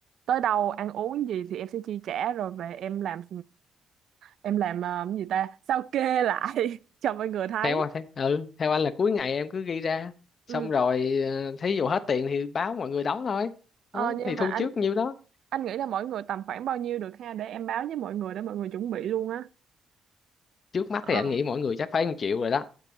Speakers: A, on the right; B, on the left.
A: tới đâu ăn uống gì thì em sẽ chi trả rồi về em làm em làm ờ, cái gì ta sao kê lại <laughs> cho mọi người thấy
B: theo anh ừ theo anh là cuối ngày em cứ ghi ra
A: Ừ.
B: xong rồi ờ, thí dụ hết tiền thì báo mọi người đóng thôi
A: Ờ,
B: đó,
A: nhưng
B: thì thu
A: mà anh
B: trước nhiêu đó
A: anh nghĩ là mỗi người tầm khoảng bao nhiêu được ha để em báo với mọi người để mọi người chuẩn bị luôn á
B: trước mắt
A: Ờ,
B: thì anh nghĩ mỗi người chắc phải 1 triệu rồi đó